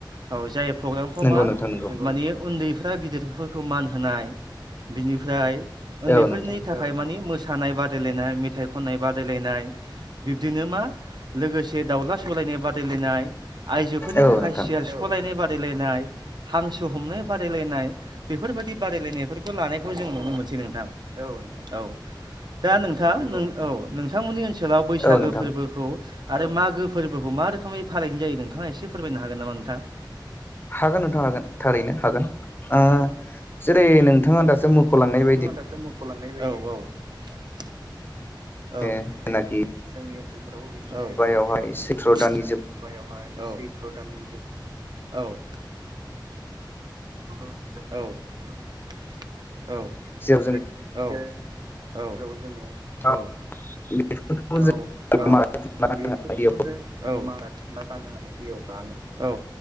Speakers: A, on the right; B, on the left.
A: औ जाय प्रग्रामफाव
B: नंगौ
A: मा
B: नोंथां नंगौ
A: मानि उन्दैफ्रा गिदिरफोरखौ मान होनाय बिनिफ्राय उन्दैफोरनि
B: औ नोंथां
A: थाखाय मानि मोस नाय बादायलायनाय मेथाइ खननाय बादायलायनाय बिब्दिनो मा लोगोसे दाउला सौलायनाय बादायलायनाय आइजोफोरनि
B: औ
A: थाखाय
B: नोंथां
A: सेयार सखलायनाय बादायनाय लायनाय हांसो हमनाय बादालायनाय बेफोरबायदि बादालायनायफोर खौ लानायखौ जों नुनो मोनसै नोंथां औ औ दा नोंथां नों औ नोंथांमोननि ओनसोलाव बैसागो
B: औ नोंथां
A: फोरबोखौ आरो मागो फोरबोखौ मा रोखोमै फालिनाय जायो नोंथाङा एसे फोरमायनो हागोन नामा नोंथां
B: हागोन नोंथां हागोन थारैनो हागोन ओ जेरै नोंथाङा दासो मुख'लांनाय बायदि
A: <inaudible> औ औ
B: जेनाखि
A: औ <unintelligible>
B: मुगायावहाय सैथ्र' दाननि जोब
A: <unintelligible> औ औ औ
B: जेराव
A: औ जो
B: जों बेफोरखौ
A: औ
B: थुखैनाय
A: औ औ बेफोरखौ जों मारला थुमला बाननानै दैयाव जानो औ